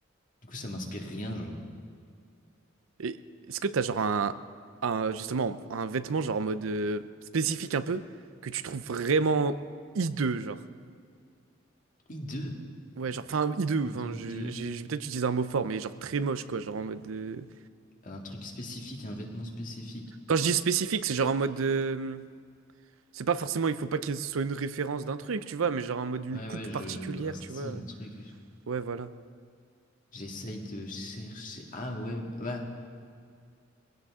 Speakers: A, on the left; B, on the right.
A: Du coup, ça m'inspire rien, genre.
B: Et est-ce que t'as genre un, un- justement un vêtement genre en mode euh, spécifique un peu que tu trouves vraiment hideux genre?
A: I2,
B: Ouais, genre enfin hideux,
A: I2,
B: enfin je-
A: I2.
B: j'ai j'ai peut-être utilisé un mot fort mais genre très moche quoi, genre en mode euh,
A: Un truc spécifique, un vêtement spécifique.
B: Quand je dis spécifique, c'est genre en mode. de, C'est pas forcément, il faut pas que ce soit une référence d'un truc, tu vois, mais genre en mode une
A: Ouais,
B: coupe
A: ouais, je.
B: particulière,
A: Un style,
B: tu vois.
A: un truc. je-
B: Ouais, voilà.
A: J'essaye de chercher. Ah, ouais, bah.